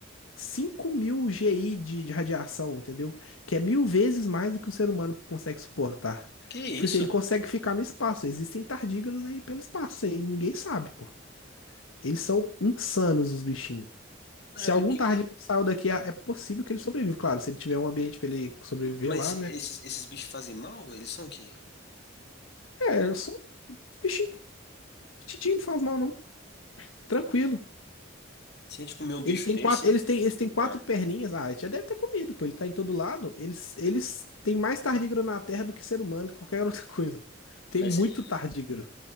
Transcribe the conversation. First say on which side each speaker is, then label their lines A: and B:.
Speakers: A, on the left (about 85°); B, on the left (about 55°).
A: 5.000 GI de, de radiação, entendeu? Que é mil vezes mais do que o ser humano consegue suportar.
B: Que isso?
A: Tipo assim, ele consegue ficar no espaço. Existem tardígrados aí pelo espaço aí, ninguém sabe, pô. Eles são insanos, os bichinhos. Se
B: Ah, mas,
A: algum
B: que-
A: tardígrado saiu daqui, é é possível que ele sobreviva. Claro, se ele tiver um ambiente pra ele sobreviver
B: mas
A: lá, né?
B: esses, esses bichos fazem mal? Eles são o quê?
A: É, só os bichinhos petitinhos não faz mal, não. Tranquilo.
B: Se a gente comer um bicho
A: Eles têm
B: desse.
A: quatro, eles têm, eles têm quatro
B: Ah,
A: perninhas. Ah, ele já deve ter comido, pô. Ele tá em todo lado. Eles, eles têm mais tardígrado na Terra do que ser humano, qualquer <laughs> outra coisa. Tem
B: mas
A: muito
B: então
A: tardígrado.